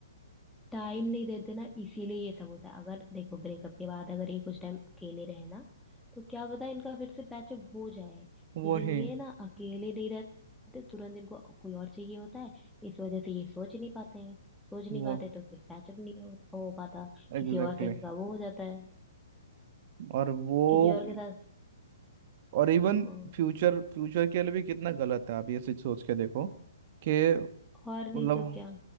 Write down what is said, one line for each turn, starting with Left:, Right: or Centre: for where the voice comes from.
Centre: टाइम नहीं देते ना इसीलिए ये सब होता है अगर देखो ब्रेकअप के बाद अगर ये कुछ टाइम अकेले रहे ना तो क्या पता इनका फिर से पैचअप हो जाए
Right: वो
Centre: लेकिन
Right: ही
Centre: ये ना अकेले नहीं रहते तुरंत इनको कोई और चाहिए होता है इस वजह से ये सोच नहीं पाते हैं सोच नहीं
Right: वो
Centre: पाते तो फिर पैचअप नहीं हो, हो पाता किसी
Right: एग्जैक्टली
Centre: और से इनका
Right: exactly.
Centre: वो हो जाता है
Right: और वो
Centre: किसी और के साथ
Right: और इवन
Centre: हाँ,
Right: फ्यूचर फ्यूचर के लिए भी कितना गलत है आप ये चीज सोच के देखो कि
Centre: और नहीं
Right: मतलब
Centre: तो क्या